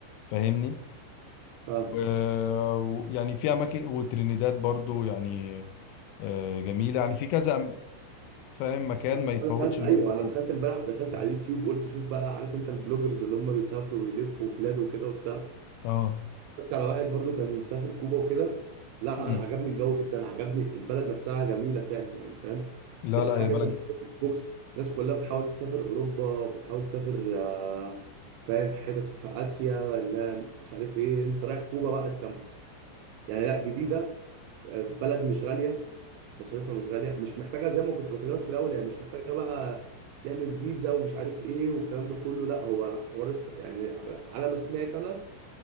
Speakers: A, on the left; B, on the right.
A: فاهمني
B: فاهم
A: و- ويعني في اماكن وترينيداد برضو يعني آه، جميله يعني في كذا أم- فاهم مكان
B: اصل
A: ما يتفوتش
B: انا دخلت
A: هناك
B: ايوه
A: في
B: انا
A: كوبا
B: دخلت امبارح دخلت على اليوتيوب قلت اشوف بقى عارف انت البلوجرز اللي هم بيسافروا ويلفوا بلاد وكده وبتاع
A: اه
B: كنت على واحد برضو كان مسافر كوبا وكده لا
A: مم.
B: انا عجبني الجو جدا عجبني البلد نفسها جميله فعلا يعني فاهم
A: لا
B: تبقى
A: لا
B: حاجه
A: يا بلد
B: كمان بوكس الناس كلها بتحاول تسافر اوروبا بتحاول تسافر آه، فاهم حتت في اسيا ولا مش عارف ايه انت رايح كوبا بقى انت يعني لا جديده بلد مش غاليه مصاريفها مش غاليه مش محتاجه زي ما كنت بكلمك في الاول هي مش محتاجه بقى تعمل فيزا ومش عارف ايه والكلام ده كله لا هو حوار الس- يعني على على ما سمعت انا